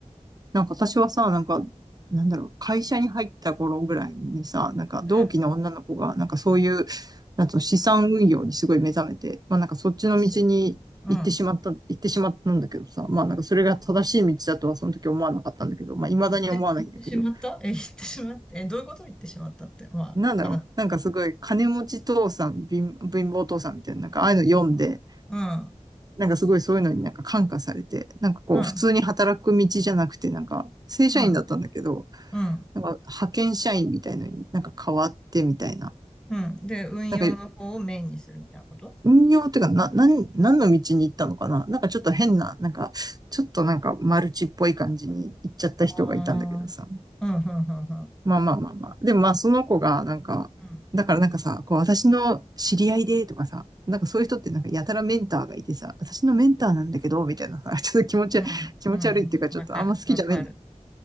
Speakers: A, on the right; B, in the centre.
A: なんか私はさ、なんか、なんだろう、会社に入った頃ぐらいにさ、なんか同期の女の子が、
B: うん。素
A: なんかそういう、なんつうの資産運用にすごい目覚めて、まあなんかそっちの道に行ってしまった、
B: 晴らしい。うん。
A: 行ってしまったんだけどさ、まあなんかそれが正しい道だとはその時思わなかったんだけど、まあ未だに思わないんだけど、
B: 言って、言ってしまったえ、言ってしまって、え、どういうこと言ってしまったって。まあ、
A: なんだろう、
B: 話。
A: なんかすごい金持ち父さん、貧貧乏父さんみたいな、なんかああいうの読んで、
B: うん、
A: なんかすごいそういうのになんか感化されて、なんかこう普通に働く道じゃなくて、
B: うん、
A: なんか正社員だったんだけど、
B: うん、うん、
A: なんか派遣社員みたいのになんか変わってみたいな。
B: うん。で、運用の方をメインにするみたいなこと
A: なんか運用っていうか、な、なん、何の道に行ったのかななんかちょっと変な、なんか、ちょっとなんかマルチっぽい感じに行っちゃった人がいたんだけどさ。
B: ああー、うん、うん、うん、うん。
A: まあまあまあまあ。でもまあその子がなんか、
B: うん
A: だからなんかさ、こう私の知り合いでとかさ、なんかそういう人ってなんかやたらメンターがいてさ、私のメンターなんだけど、みたいなさ、<laughs> ちょっと気持ち、
B: うん、
A: 気持ち悪いっていうかちょっとあんま好きじゃないんだよね
B: うん、わかる、わかる。